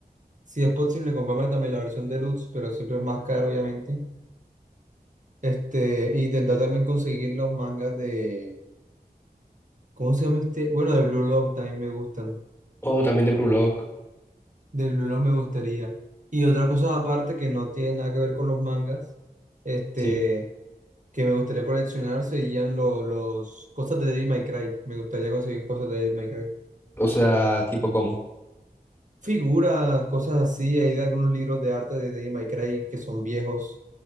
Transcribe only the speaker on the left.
O también de Brulock,
sí.
O sea, tipo como.